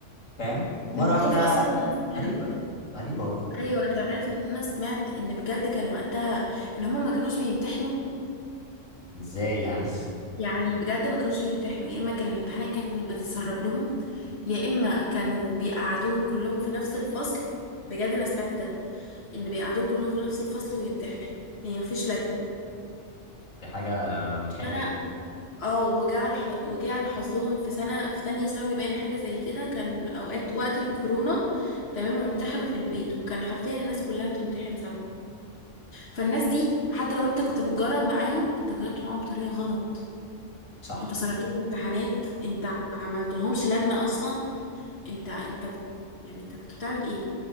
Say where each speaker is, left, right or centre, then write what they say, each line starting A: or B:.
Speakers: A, on the left (about 80°); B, on the left (about 55°).
A: فاهم مرة
B: انت
A: واحدة
B: عارف اصلا ان انا سمعت
A: غريبة غريبة والله
B: ايوه انت عارف ان انا سمعت ان بجد كان وقتها ان هما ما كانوش بيمتحنوا
A: ازاي يعني
B: يعني بجد ما كانوش بيمتحنوا يا اما كان الامتحانات كانت بتتسرب لهم يا اما كانوا بيقعدوهم كلهم في نفس الفصل بجد انا سمعت ده ان بيقعدوهم كلهم في نفس الفصل ويمتحنوا يعني مفيش لجنة
A: <laughs> دي حاجة مضحكة
B: انا
A: جدا
B: اه وجه على ح... وجه على حظهم في سنة في تانية ثانوي باين حاجة زي كده كان اوقات وقت الكورونا تمام وامتحنوا في البيت وكان حرفيا الناس كلها بتمتحن سوا فالناس دي حتى لو انت كنت بتجرب معاهم انت جربت معاهم بطريقة غلط
A: صح
B: انت سربت لهم امتحانات انت عملت لهمش لجنة اصلا انت انت بت... يعني انت كنت بتعمل ايه